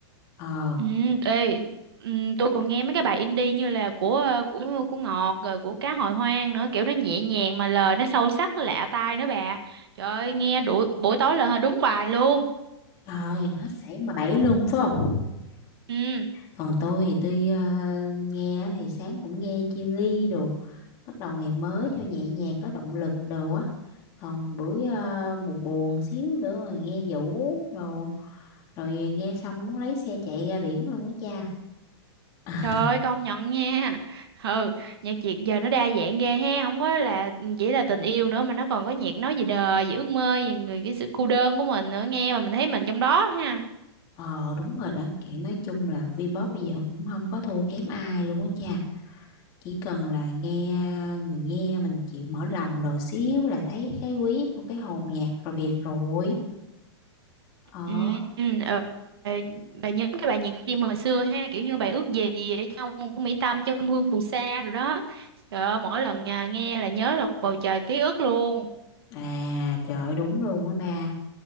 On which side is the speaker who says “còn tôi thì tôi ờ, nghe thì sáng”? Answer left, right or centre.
Left